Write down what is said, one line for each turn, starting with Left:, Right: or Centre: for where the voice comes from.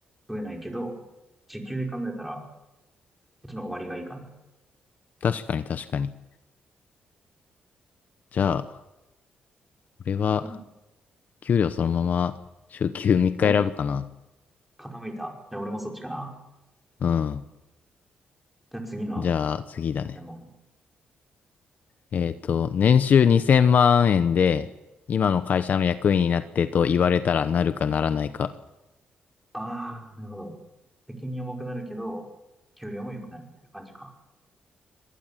Centre: 増えないけど、時給で考えたらっちの方が割がいいかな。
Left: 確かに確かに。じゃあ、俺は、
Centre: うん。
Left: 給料そのまま、週休3日選ぶかな。
Centre: お、傾いた。じゃあ俺もそっちかな。
Left: うん。
Centre: じゃあ次の
Left: じゃあ次だね。
Centre: 質問。
Left: えっと、年収2000万円で、今の会社の役員になってと言われたらなるかならないか。
Centre: ああ、なるほど。責任重くなるけど、給料も良くなるみたいな感じか。